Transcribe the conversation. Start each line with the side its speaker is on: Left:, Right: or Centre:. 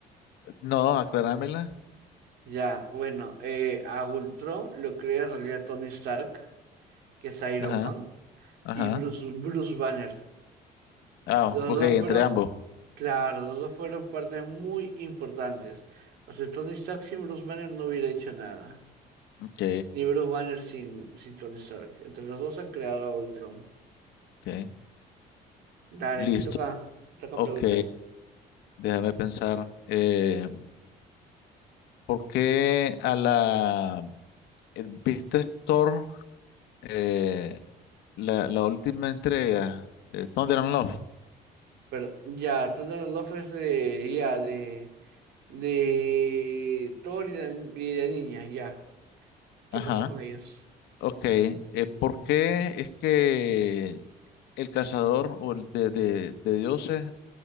Left: No, aclarámela.
Right: Ya, bueno, eh, a Ultron lo crea en realidad Tony Stark, que es Iron
Left: Ajá,
Right: Man,
Left: ajá.
Right: y Bruce, Bruce Banner.
Left: Ah,
Right: Los
Left: ok,
Right: dos
Left: entre
Right: fueron,
Left: ambos.
Right: claro, los dos fueron partes muy importantes. O sea, Tony Stark sin Bruce Banner no hubiera hecho nada.
Left: Ok,
Right: Ni Bruce Banner sin, sin Tony Stark. Entre los dos han creado a Ultron.
Left: ok.
Right: Dale,
Left: Listo.
Right: te toca, te toca
Left: Ok,
Right: pregunta.
Left: déjame pensar. Eh, ¿por qué a la... eh, ¿Viste Thor? eh, la, la última entrega, eh, Thunder and Love.
Right: Pero ya, Thunder Love es de, ya, de, de Thor y la, y la niña, ya. ¿Qué
Left: Ajá.
Right: pasó con ellos?
Left: Ok. eh, ¿por qué es que el cazador o el de, de, de dioses